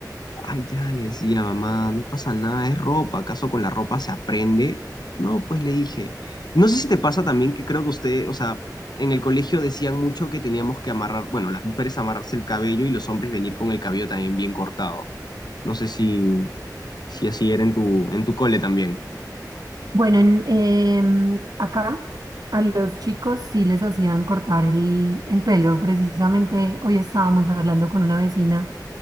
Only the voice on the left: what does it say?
Ay, ya le decía, mamá, no pasa nada, es ropa, ¿acaso con la ropa se aprende? No, pues le dije. No sé si te pasa también que creo que usted, o sea, en el colegio decían mucho que teníamos que amarrar, bueno, las mujeres amarrarse el cabello y los hombres venir con el cabello también bien cortado. No sé si, si así era en tu, en tu cole también.